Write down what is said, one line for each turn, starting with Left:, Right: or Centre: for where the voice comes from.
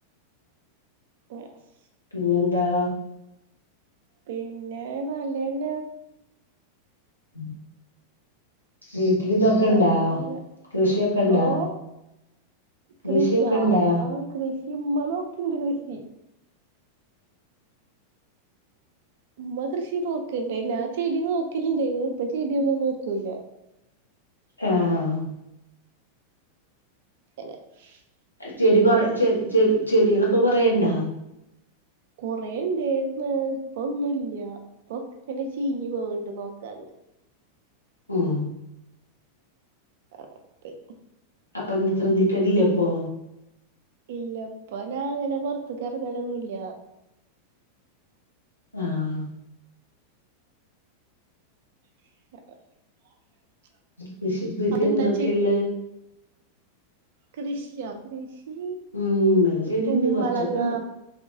Right: നെ സ്
Left: പിന്നെ എന്താ
Right: പിന്നെ നല്ലന്നെ
Left: ഉം വീട്ടില് ഇതൊക്കെ ഇണ്ടാ
Right: അങ്ങനെ
Left: കൃഷിയൊക്കെ ഇണ്ടാ
Right: ഓ
Left: കൃഷിയൊക്കെ
Right: കൃഷിയാ
Left: ഇണ്ടാ
Right: ആ കൃഷി മൊളവൊക്കെണ്ട് കൃഷി ഉമ്മ കൃഷി നോക്കുംണ്ട് ഞാൻ ചെടി നോക്കലുണ്ടായിരുന്നു ഇപ്പ ചെടിയൊന്നും നോക്കൂല്ല
Left: ആഹ്
Right: <inaudible>
Left: ചെടി കൊറെ ചെ ചെ ചെടികളൊക്കെ കൊറേണ്ടാ
Right: കൊറെേ ഇണ്ടായിരുന്ന് ഇപ്പൊന്നുല്ല്യ ഇപ്പൊ ഇങ്ങന ചീഞ്ഞ് പോകണ്ട് നോക്കാഞ്
Left: ആഹ്
Right: അതെ
Left: അപ്പോൾ എന്താ ശ്രദ്ധിക്കലില്ലെ അപ്പോ
Right: ഇല്ല ഇപ്പ ഞാ അങ്ങനെ പുൊറത്തക്ക് ഇറങ്ങലൊന്നുല്ല്യ
Left: ആഹ്
Right: <inaudible>
Left: കൃഷി കൃഷി
Right: അതെന്താ
Left: എന്തൊക്കെയ ഉള്ള
Right: കൃഷിയൊ കൃഷി
Left: ഉം ഇമ്മടെ ചെടിണ്ട്
Right: കുമ്പളങ്ങ
Left: കൊറച്ചൊക്കെ ഇണ്ട്